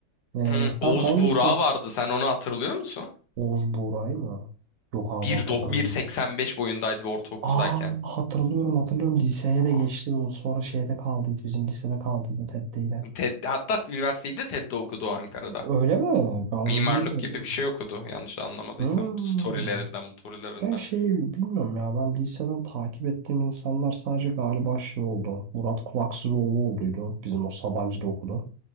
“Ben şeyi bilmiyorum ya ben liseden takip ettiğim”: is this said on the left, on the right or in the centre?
Right